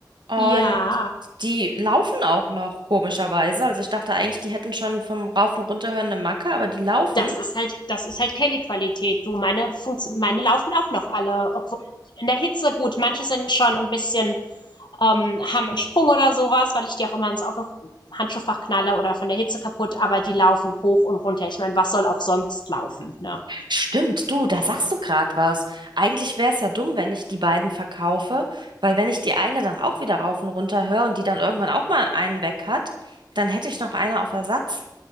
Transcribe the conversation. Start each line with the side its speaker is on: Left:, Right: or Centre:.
Right: Und
Left: Ja.
Right: die laufen auch noch, komischerweise. Also ich dachte eigentlich, die hätten schon vom Rauf- und Runterhören eine Macke, aber die laufen.
Left: Das ist halt, das ist halt Kelly-Qualität. Du, meine, Funkt meine laufen auch noch alle, obwohl in der Hitze gut. Manche sind schon ein bisschen ähm, haben einen Sprung oder sowas, weil ich die auch immer ins Auto Handschuhfach knalle oder von der Hitze kaputt, aber die laufen hoch und runter. Ich meine, was soll auch sonst laufen, ne?
Right: Stimmt, du, da sagst du gerade was. Eigentlich wäre es ja dumm, wenn ich die beiden verkaufe, weil wenn ich die eine dann auch wieder rauf und runter höre und die dann irgendwann auch mal einen weg hat, dann hätte ich noch eine auf Ersatz.